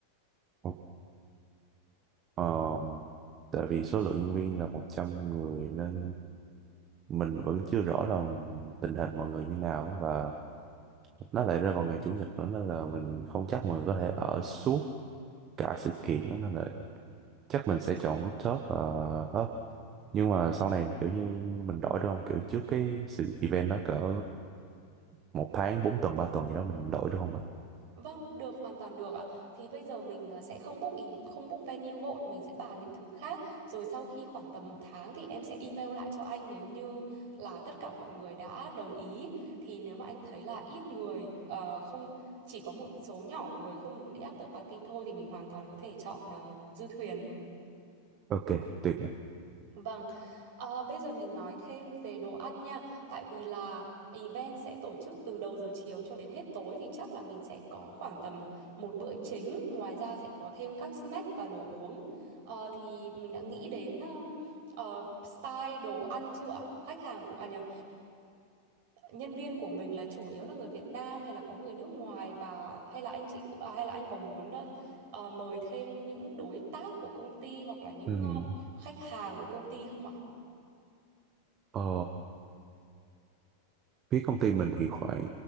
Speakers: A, on the right; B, on the right.
A: ok ờ, tại vì số lượng nhân viên là 100 người nên mình vẫn chưa rõ là tình hình mọi người như nào và nó lại rơi vào ngày chủ nhật nữa nên là mình không chắc mọi người có thể ở suốt cả sự kiện đó, nên là chắc mình sẽ chọn rooftop uh, á. nhưng mà sau này kiểu như mình đổi được không kiểu trước cái sự event đó cỡ một tháng bốn tuần ba tuần gì đó mình đổi được không vậy
B: Vâng, được hoàn toàn được ạ. Thì bây giờ mình à, sẽ không book ý, không book venue vội, mình sẽ bàn những thứ khác. Rồi sau khi khoảng tầm một tháng thì em sẽ email lại cho anh nếu như là tất cả mọi người đã đồng ý. Thì nếu mà anh thấy là ít người ờ, không chỉ có một số nhỏ người không muốn đi after party thôi thì mình hoàn toàn có thể chọn ờ, du thuyền.
A: ok tuyệt vời
B: Vâng, ờ, bây giờ mình nói thêm về đồ ăn nha, tại vì là event sẽ tổ chức từ đầu giờ chiều cho đến hết tối thì chắc là mình sẽ có khoảng tầm một bữa chính, ngoài ra sẽ có thêm các snack và đồ uống. Ờ, thì mình đã nghĩ đến um, ờ, style đồ ăn chưa ạ? Khách hàng của à nhầm, nhân viên của mình là chủ yếu là người Việt Nam hay là có người nước ngoài và hay là anh chị cũng à, hay là anh có muốn ờ, ờ, mời thêm những đối tác của công ty hoặc là những
A: Ừm,
B: ờ, khách hàng của công ty không ạ?
A: ờ, phía công ty mình thì khoảng